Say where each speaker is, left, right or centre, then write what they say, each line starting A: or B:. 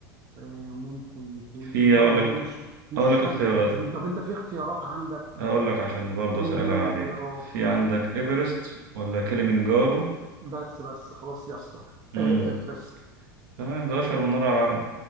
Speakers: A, on the right (about 35°); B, on the right (about 65°).
A: آه، ممكن يكون
B: في
A: إيه طبعا
B: أقول لك
A: هو مش مش
B: أقول لك
A: سانت
B: اختيارات
A: كاترين طب أنت في اختيارات عندك
B: أقول لك عشان برضه
A: إديني
B: أسهلها عليك
A: اختيارات
B: في عندك إيفرست ولا كليمنجارو
A: بس بس خلاص يا اسطى
B: مم.
A: آه، إيفرست
B: تمام ده أشهر من نار على العالم